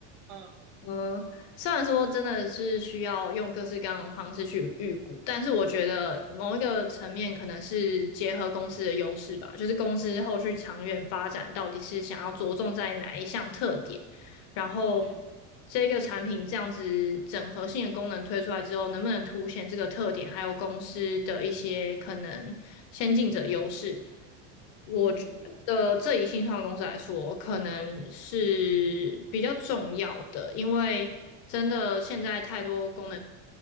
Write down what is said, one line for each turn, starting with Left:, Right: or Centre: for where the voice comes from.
Right: 嗯
Left: 嗯，虽然说真的是需要用各式各样的方式去预估，但是我觉得某一个层面可能是结合公司的优势吧，就是公司后续长远发展到底是想要着重在哪一项特点。然后
Right: 嗯
Left: 这个产品这样子整合性的功能推出来之后，能不能凸显这个特点，还有公司的一些可能先进者优势？我觉得这以新创公司来说，
Right: 嗯
Left: 可能是比较重要的，因为真的现在太多功能